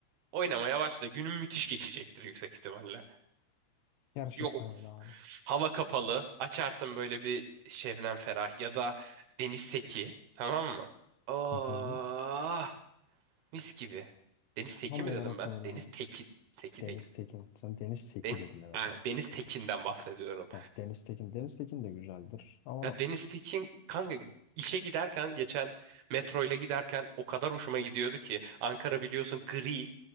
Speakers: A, on the right (about 75°); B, on the left (about 90°).
A: Oynamaya başla. Günün müthiş geçecektir yüksek ihtimalle.
B: Gerçekten
A: Yok
B: öyle abi.
A: hava kapalı. Açarsın böyle bir Şebnem Ferah ya da Deniz Seki. Tamam mı? Ah
B: Hı hı.
A: mis gibi. Deniz Seki
B: Tam
A: mi
B: olarak
A: dedim ben?
B: öyle
A: Deniz
B: abi.
A: Tekin. Seki
B: Deniz
A: değil.
B: Tekin. Sen Deniz Seki
A: Den-
B: dedin evet
A: ha,
B: abi.
A: Deniz Tekin'den bahsediyorum.
B: Ha, Deniz Tekin. Deniz Tekin de güzeldir. Ama
A: Ya Deniz Tekin kanka işe giderken geçen metroyla giderken o kadar hoşuma gidiyordu ki Ankara biliyorsun gri.